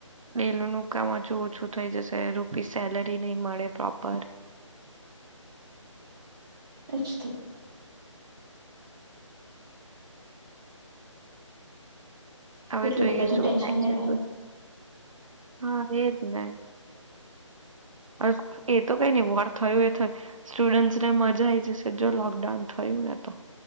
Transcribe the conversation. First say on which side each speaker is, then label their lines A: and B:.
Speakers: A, on the right; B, on the right.
A: ડૈ લું ન કામ હજુ ઓછું થઈ જશે, રૂપીસ સેલરી નહી મળે પ્રોપર--.
B: એ જ તો!
A: હવે
B: કેટલું
A: જોઈએ
B: બધું
A: શું
B: ટેન્શન
A: થાય
B: લેવાનું
A: છે? તે હા એજ ને બસ એ તો કઈ નઈ, વોર થયું એ થય સ્ટુડન્ટસને મજા આવી જશે, જો લોકડાઉન થયું ને તો